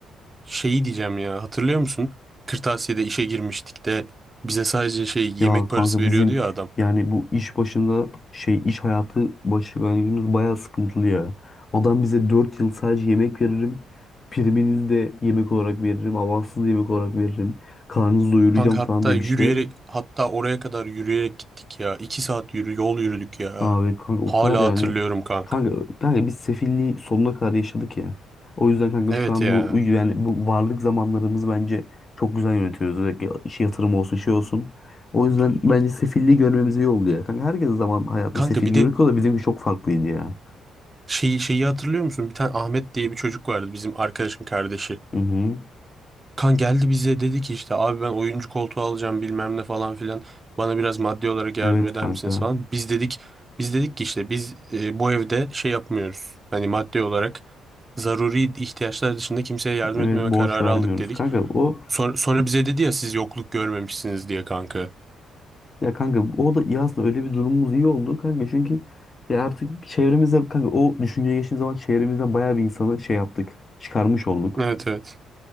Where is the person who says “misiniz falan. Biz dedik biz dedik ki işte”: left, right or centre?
Right